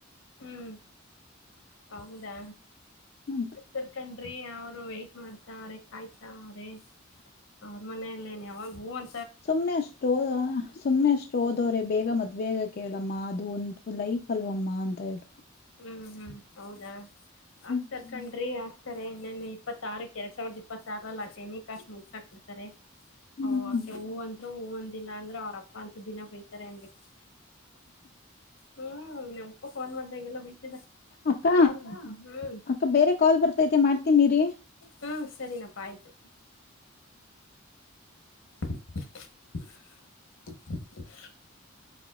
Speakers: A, on the left; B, on the left.
A: ಹ್ಮ್ ಹೌದಾ
B: ಅಂತ
A: ತರ್ಕ ರೀ ಅವರು ವೆಟ್ ಮಾಡ್ತಾ ಅವ್ರೆ ಕಾಯ್ತಾ ಅವ್ರಿ ಅವ್ರ ಮನಲ್ಲೇ ಯಾವಾಗ ಹೂಂ.
B: ಸುಮ್ನೆ ಅಷ್ಟದ ಸುಮ್ನೆ ಅಷ್ಟು ಓದವ್ರೆ ಬೇಗ ಮದ್ ಬೇಗ ಕೇಳಮ್ಮ ಅದು ಒಂದು ಲೈ ಲೀಫ್ ಅಲ್ವಮ್ಮ ಅಂತ ಇದ್ರು.
A: ಹ್ಮ ಹ್ಮ ಹೌದಾ
B: ಹ್ಮ್
A: ಆಕ್ತರ ತರ್ಕೊಂಡ್ರಿ ಆ ಇತಾರೆ ಇನ್ನನ್ ಇಪ್ಪತ್ತಾರಕ್ಕೆ ಎರಡ್ ಸಾವಿರದ ಇಪ್ಪತ್ತಾರಲ್ಲಿ ಆಟ ಏಣಿ ಕಾಸ ಮುಗಸಾಕ್ ಬಿಡ್ತಾರೆ.
B: ಹ್ಮ್
A: ಓ ಅಕೆ ಹೂ ಅಂದ್ರು ಹೂ ಒಂದಿಲ್ಲ ಅಂದ್ರ ಅವ್ರಪ್ಪ ಅಂತ ದಿನ ಬಯತಾರೆ ಎನ್ಬೇಕಿತ್ತು. ಹ್ಮ ನಮ್ಮಪ್ಪ ಫೋನ್ ಮಾಡ್ದಾಗೆಲ್ಲ ಬೈತದ.
B: ಅಕ್ಕ
A: ಯಾಕ ಹ್ಮ.
B: ಅಕ್ಕ ಬೇರೆ ಕಾಲ್ ಬರ್ತೈತೆ ಮಾಡ್ತೀನಿರಿ
A: ಹ್ಮ ಸರಿನಪ್ಪಾ ಆಯ್ತು. <inaudible>